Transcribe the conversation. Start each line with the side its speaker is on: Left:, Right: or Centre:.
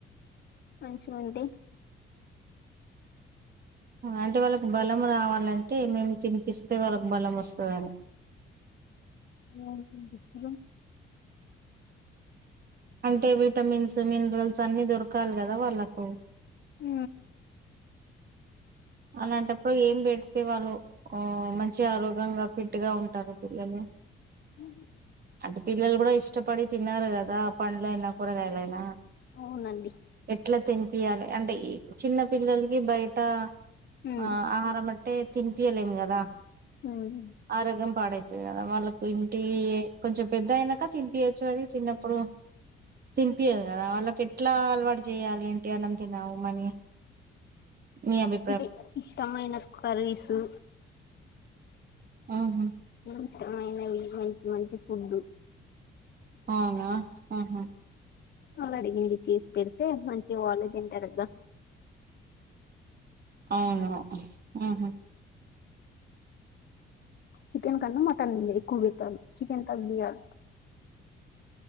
Left: మంచిగుండి
Right: అంటే వాళ్ళకి బలం రావాలంటే ఏమేమి తినిపిస్తే వాళ్ళకు బలం వస్తదని
Left: ఉ పుస్తకం
Right: అంటే విటమిన్స్ మినరల్స్ అన్ని దొరకాలి కదా వాళ్ళకు
Left: ఊ
Right: అలాంటప్పుడు ఏం పెడితే వాళ్ళు ఉ మంచిగా ఆరోగ్యంగా ఫిట్ గా ఉంటారు పిల్లలు
Left: ఉహు
Right: అంటే పిల్లలు కూడా ఇష్టపడి తిన్నారు కదా పండ్లయినా కూరగాయలైనా
Left: అవునండి
Right: అట్లా తినిపియాలి అంటే ఈ చిన్న పిల్లలకి బయట
Left: ఉమ్
Right: ఆ ఆహారం టే తినిపియలేము కదా
Left: ఉమ్
Right: ఆరోగ్యం పాడై అంతే కదా వాళ్ళకు ఇంటి కొంచెం పెద్ద అయినాక తినిపియచ్చు అని చిన్నప్పుడు తినిపియదు కదా వాళ్ళకి ఎట్లా అలవాటు చేయ్యాలి ఏంటి అన్నం తినవు మనీ మి అబి
Left: అంటే ఇష్టమైన కర్రీసు
Right: అహ
Left: ఇష్టమైనవి మంచి మంచి ఫుడ్
Right: అవునా అహ
Left: అలా అడిగింది చీస్ పెడితే మంచి వాలే తింటారుగా
Right: అవును ఉ హు
Left: చికెన్ కన్నా మటన్ ఎక్కువ పెట్టాలి చికెన్ తగ్గియ్యాలి